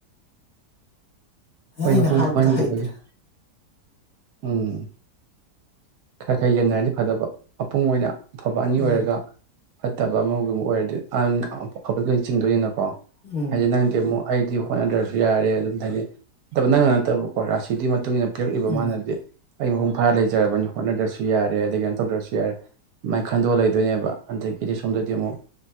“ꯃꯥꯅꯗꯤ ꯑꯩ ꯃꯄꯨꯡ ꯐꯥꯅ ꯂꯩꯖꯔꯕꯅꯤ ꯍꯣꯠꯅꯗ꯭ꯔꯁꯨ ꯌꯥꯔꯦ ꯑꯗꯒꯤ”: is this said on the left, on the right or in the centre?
Right